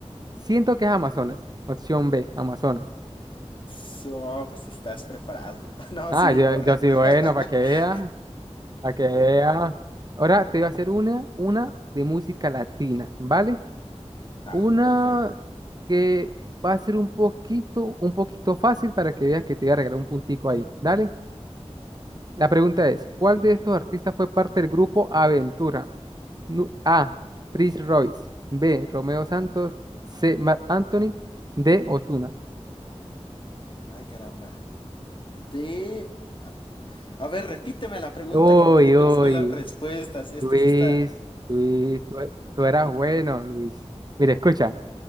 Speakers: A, on the right; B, on the left.
A: Siento que es Amazonas. Opción B, Amazonas.
B: So, pues si estás preparado. <laughs> No,
A: Ah,
B: sí,
A: yo,
B: correcto.
A: yo sí, bueno,
B: <laughs>
A: para que vea, para que vea. Ahora te voy a hacer una, una de música latina, ¿vale?
B: Ah,
A: Una
B: perfecto.
A: que va a ser un poquito, un poquito fácil para que veas que te voy a regalar un puntico ahí. Dale. La pregunta es, ¿cuál de estos artistas fue parte del grupo Aventura? Nu- A. Prince Royce. B. Romeo Santos. C. Marc Anthony. D. Ozuna.
B: Ay, caramba. De... A ver, repíteme la pregunta
A: Uy,
B: que me quedé
A: uy.
B: con con las respuestas. Esto
A: Luis,
B: sí está...
A: Luis, tú, e- tú eras bueno, Luis. Mira, escucha,